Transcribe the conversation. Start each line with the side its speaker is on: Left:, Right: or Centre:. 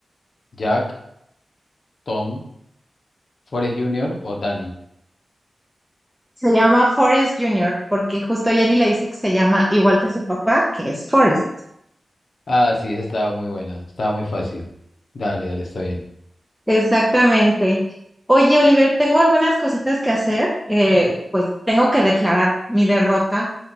Left: ¿Jack, Tom, Forrest Jr. o Danny?
Centre: Se llama Forrest Junior porque justo Jenny le dice que se llama igual que su papá, que es Forrest.
Left: Ah, sí, esa estaba muy buena, estaba muy fácil. Dale, dale, está bien.
Centre: Exactamente. Oye, Oliver, tengo algunas cositas que hacer. eh, pues tengo que declarar mi derrota,